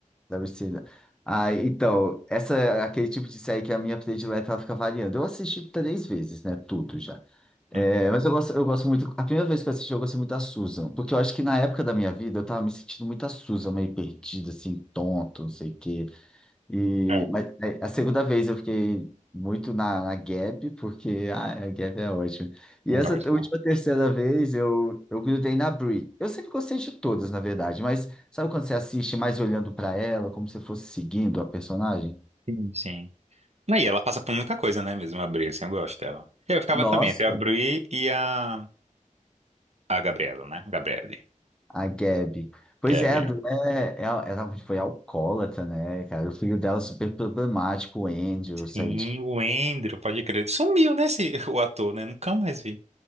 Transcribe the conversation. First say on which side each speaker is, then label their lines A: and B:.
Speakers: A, in the centre; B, on the right.
A: da piscina. Ai, então, essa é aquele tipo de série que a minha predileta ela fica variando. Eu assisti três vezes, né? Tudo já. É,
B: Hum.
A: mas eu gosto, eu gosto muito. A primeira vez que eu assisti, eu gostei muito da Susan, porque eu acho que na época da minha vida eu tava me sentindo muito a Susan, meio perdida, assim, tonto, não sei o quê. E,
B: É,
A: mas é, a segunda vez eu fiquei muito na, na Gap, porque ah, a Gap é ótima. E
B: é
A: essa
B: ótimo.
A: t- última terceira vez eu, eu grudei na Brie. Eu sempre gostei de todas, na verdade, mas sabe quando você assiste mais olhando para ela, como se fosse seguindo a personagem?
B: Sim, sim. Não, E ela passa por muita coisa, né, mesmo, a Bri, assim, eu gosto dela. Eu ficava
A: Nossa,
B: também entre a Bri e a... A Gabriela, né? Gabriele.
A: a Gabi. Pois
B: Kevin.
A: é, a Brie é, é- ela foi alcoólatra, né, cara? O filho dela é super problemático, o Andrew, saiu
B: Sim,
A: de.
B: o Andrew, pode crer. Sumiu, né, esse, <laughs> o ator, né? Nunca mais vi.